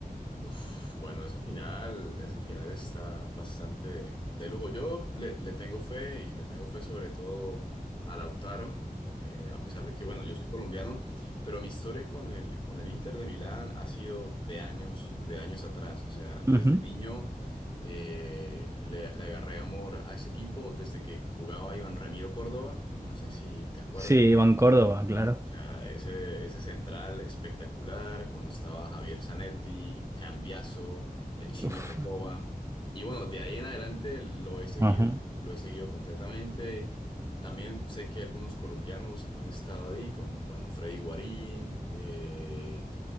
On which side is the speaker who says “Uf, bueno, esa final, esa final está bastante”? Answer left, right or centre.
Left